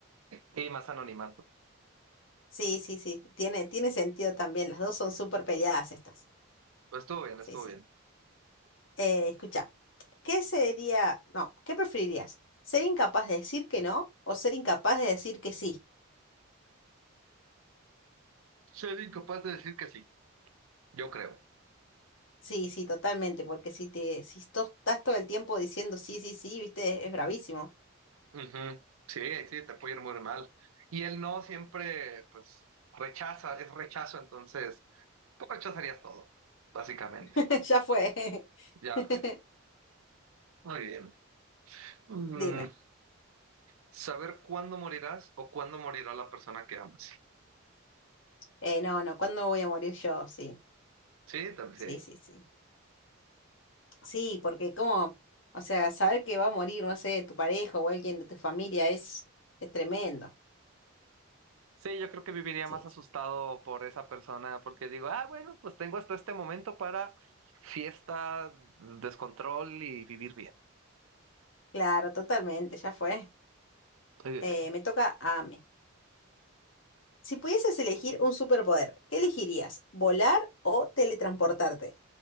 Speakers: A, on the right; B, on the left.
A: Y más anonimato.
B: sí, sí, sí, tiene, tiene sentido también, las dos son súper peleadas estas.
A: Estuvo bien,
B: Sí,
A: estuvo
B: sí.
A: bien.
B: Eh, escucha, ¿qué sería, no, qué preferirías? ¿Ser incapaz de decir que no o ser incapaz de decir que sí?
A: Soy incapaz de decir que sí, yo creo.
B: Sí, sí, totalmente, porque si te, si to- estás todo el tiempo diciendo sí, sí, sí, viste, es bravísimo.
A: Ujú. Sí, sí, te puede ir muy mal. Y el no siempre, pues, rechaza, es rechazo, entonces, tú rechazarías todo, básicamente.
B: <laughs> Ya fue.
A: Ya
B: <laughs>
A: fue. Muy bien. Mm,
B: Dime.
A: saber cuándo morirás o cuándo morirá la persona que amas.
B: Eh, no, no, ¿cuándo voy a morir yo? Sí,
A: Sí, también.
B: sí, sí, sí. Sí, porque como, o sea, saber que va a morir, no sé, tu pareja o alguien de tu familia es, es tremendo.
A: Sí, yo creo que viviría
B: Sí,
A: más asustado
B: sí.
A: por esa persona porque digo, ah, bueno, pues tengo hasta este momento para fiesta, descontrol y vivir bien.
B: claro, totalmente, ya fue.
A: Muy bien.
B: Eh, me toca a mí. Si pudieses elegir un superpoder, ¿qué elegirías? ¿Volar o teletransportarte?